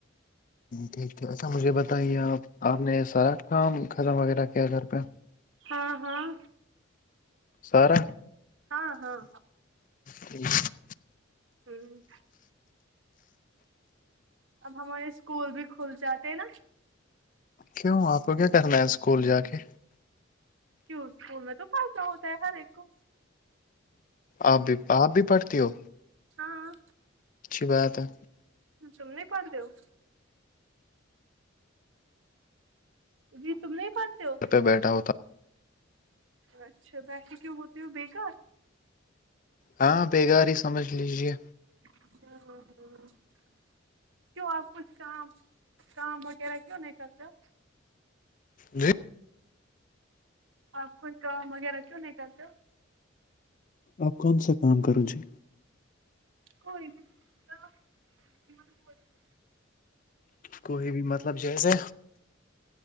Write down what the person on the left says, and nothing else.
ٹھیک ہے اچھا مجھے بتائیے آپ آپ نے سارا کام خزم وغیرہ کیا گھر پہ
سارا
ٹھ <inaudible>
کیوں آپ کو کیا کرنا ہے اسکول جا کے
آپ بھی آپ بھی پڑھتی ہو
اچھی بات ہے
گھر بیٹھا ہوتا
ہاں بگار ہی سمجھ لیجے
ج
آپ کون سا کام کرو جی
کو بھی مطلب جیسے